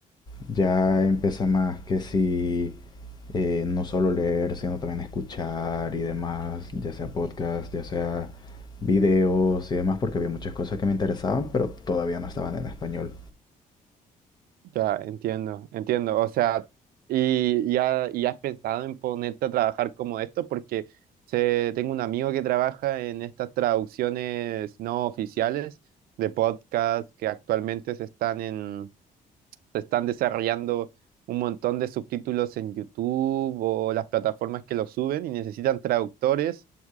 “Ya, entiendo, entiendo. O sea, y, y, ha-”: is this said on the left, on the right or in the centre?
Right